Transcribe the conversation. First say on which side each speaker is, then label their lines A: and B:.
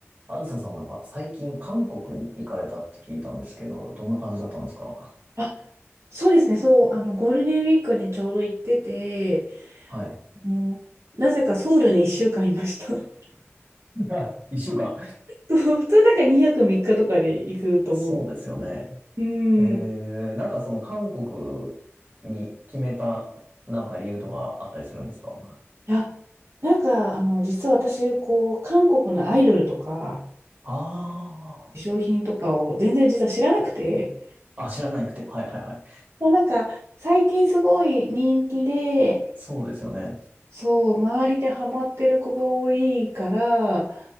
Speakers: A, on the right; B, on the right.
A: あずささんなんか最近韓国に行かれたって聞いたんですけど、どんな感じだったんですか
B: あ、そうですね、そう、あの、ゴールデンウィークにちょうど行ってて、
A: はい。
B: もう、なぜかソウルに1週間いました。<laughs>
A: <laughs> 一週間。
B: そう普通なんか2泊3日とかで行くと思うんです。
A: そうですよね。
B: うん。
A: えー、
B: い
A: なんかその韓国に決めたなんか理由とかあったりするんですか
B: や、なんか、あの、実は私、こう、韓国のアイドルとか、
A: あ
B: 化粧品とかを全然実は知らなくて、
A: あー、あ、知らなくて。はいはいはい。
B: もうなんか、最近すごい人気で、
A: そうですよね。
B: そう、周りでハマってる子が多いから、